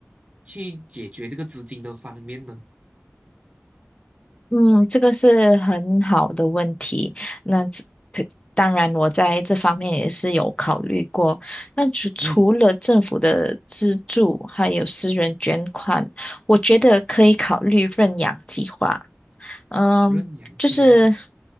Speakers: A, on the right (about 25°); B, on the left (about 25°).
A: 去解决这个资金的方面呢？
B: 嗯，这个是很好的问题。那这可当然，我在这方面也是有考虑过。那除除了政府的资助，
A: 嗯，
B: 还有私人捐款，我觉得可以考虑认养计划。嗯，
A: 认养计划，
B: 就是，